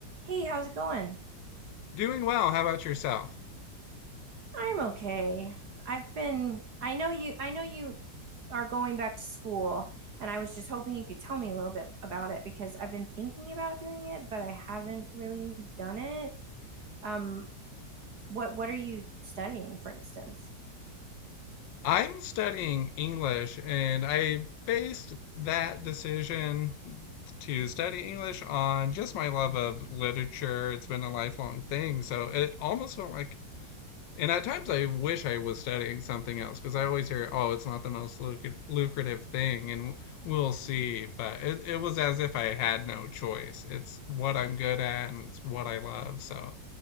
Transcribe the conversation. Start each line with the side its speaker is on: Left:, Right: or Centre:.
Right: Hey, how's it going?
Left: Doing well. How about yourself?
Right: I'm okay. I've been, I know you, I know you are going back to school, and I was just hoping you could tell me a little bit about it because I've been thinking about doing it, but I haven't really done it. Um, what what are you studying, for instance?
Left: I'm studying English, and I based that decision to study English on just my love of literature. It's been a lifelong thing, so it almost felt like, and at times I wish I was studying something else because I always hear, oh, it's not the most lucra- lucrative thing, and we'll see. But it, it was as if I had no choice. It's what I'm good at, and it's what I love, so